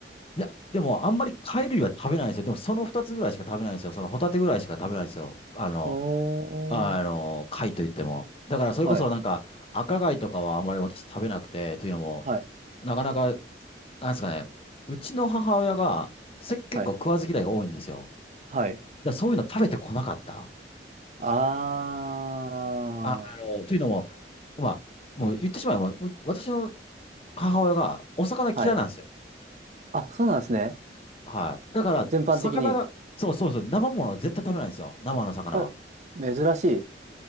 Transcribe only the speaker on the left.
いや、でもあんまり貝類は食べないんですよ。でもその二つぐらいしか食べないんですよ。そのホタテぐらいしか食べないんですよ。あの、
あの、
貝といっても。だからそれこそなんか赤貝とかはあんまり私食べなくて、
というのも、
なかなか、なんですかね、うちの母親がせ結構食わず嫌いが多いんですよ。
だからそういうの食べてこなかった。
あの、というのも、まあ、もう言ってしまえば、う私の母親がお魚嫌いなんですよ。
はい。だから、
魚が、そうそうそう、生ものは絶対食べないんですよ。生の魚は。